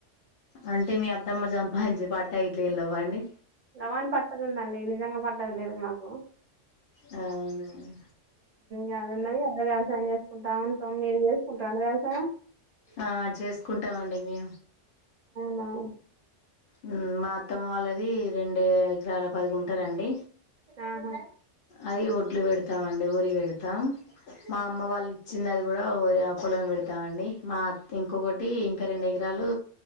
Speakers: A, on the left; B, on the right.
A: అంటే మీ అద్దమ్మ మంచి పట్టా యిట్లేనివ్వండి
B: వని పట్టదుందండి నిజంగా పట్టదు లేద మాకు
A: అవును
B: ఎలా ఉన్నది ఎలా వ్యవసాయం చేసుకుంటా ఉంటం మీరు చేసుకుంటారండి వ్యవసాయం
A: ఆ చేసుకుంటాంండి వీ
B: ఆ
A: ఉం మా అత్తమ్మ వాళ్ళది రెండు ఎకరాల పది కుంటలు అండి
B: ఆహా
A: అది ఒడ్లు పెడతామ నూవుల్ వెడుతాం మా అమ్మ వాళ్ళు ఇచ్చిన <unintelligible> కులం పెడతామండి మా ఇంకొకటి ఒక రెండు ఎకరాలు